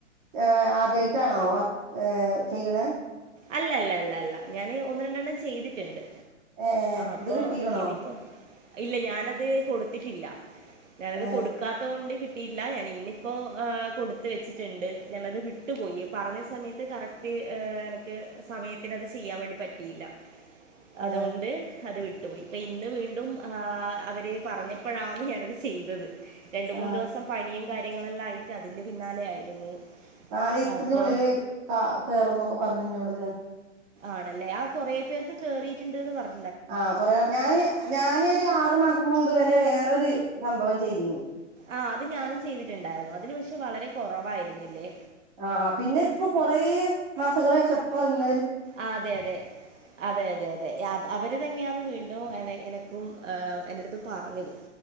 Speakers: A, on the right (about 40°); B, on the right (about 85°).
A: ഏ ആദ്യായിട്ടാണോ വർ ഏഹ ചെയ്യണേ
B: അല്ല അല്ല അല്ല അല്ല ഞാന് ഒന്ന് രണ്ടെണ്ണം ചെയ്തിട്ടുണ്ട്
A: ഏ ഏ
B: അപ്പൊ
A: ഇത് കിട്ടീക്കണോ
B: ഇതിപ്പോ ഇല്ല ഞാനത് കൊടു ഇട്ടിട്ടില്ല ഞാനത്
A: ഏ
B: കൊടുക്കാത്ത കൊണ്ട് കിട്ടിയില്ല ഞൻ ഇന്നിപ്പോ ഏ കൊടുത്ത് വെച്ചിട്ടുണ്ട് ഞാനത് വിട്ടുപോയി പറഞ്ഞ സമയത്ത് കറക്റ്റ് ഏ ക്ക് സമയത്തിന് അത് ചെയ്യാൻ വേണ്ടി പറ്റിയില്ല
A: ആ
B: അതുകൊണ്ട് അത് വി വിട്ടു പോയി ഇപ്പ ഇന്ന് വീണ്ടും ആ അവര് പറഞ്ഞപ്പോഴാണ് ഞാനത് ചെയ്തത് രണ്ട്
A: ആ
B: മൂന്ന് ദിവസം പനിയും കാര്യങ്ങളെല്ലാം ആയിട്ട് അതിൻ്റെ പിന്നാലെ ആയിരുന്നു
A: നാലിസത്തിനുള്ളിൽ
B: അപ്പൊ
A: ക കേറുന്നൊക്കെ പറഞ്ഞു എവിടുന്ന്
B: ആണല്ലേ ആ കൊറേ പേർക്ക് കേറി ണ്ട്ട്ട് യെന്നു പറഞ്ഞി
A: ആ കൊറെ ഞാന് ഞാന് ഒരു ആറു മാസം മുമ്പ് വേ വേറൊരു സംഭവം ചെയ്തീന്
B: ആഹ് അത് ഞാനും ചെയ്തിട്ടുണ്ടായിരുന്നു അതിന് പക്ഷെ വളരെ കൊറവായി രുന്നില്ലേ
A: ആഹ് ആഹ് പിന്നെ ഇപ്പൊ കൊറെ മാസങ്ങള് ശേഷാ ഇപ്പ് <unintelligible>
B: ആഹ് അതെ അതെ അതെ അതെ അതെ അ അവര് തന്നെയാന്ന് വീണ്ടും എനക്ക് പ്പും ഏ എന്റെടുത്ത് പറഞ്ഞത്